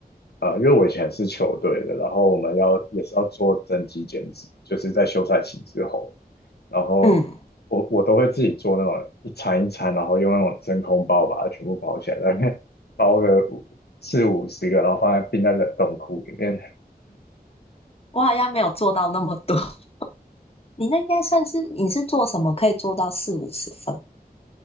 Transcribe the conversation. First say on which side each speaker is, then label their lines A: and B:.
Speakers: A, on the left; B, on the left.
A: 呃，因为我以前是球队的，然后我们要也是要做增肌减脂，就是在休赛期之后。然后我我都会自己做那种一餐一餐，
B: 嗯，
A: 然后用那种真空包把它全部包起来，大概 <laughs> 包个五四五十个，然后放在冰在冷冻库里面。
B: 我好像没有做到那么多。<laughs> 你那应该算是，你是做什么可以做到四五十分？